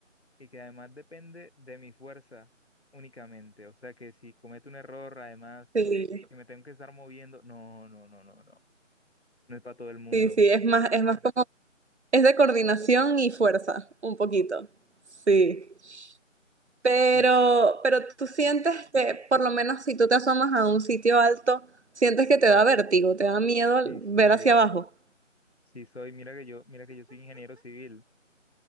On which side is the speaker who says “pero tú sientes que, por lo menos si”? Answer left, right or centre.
Right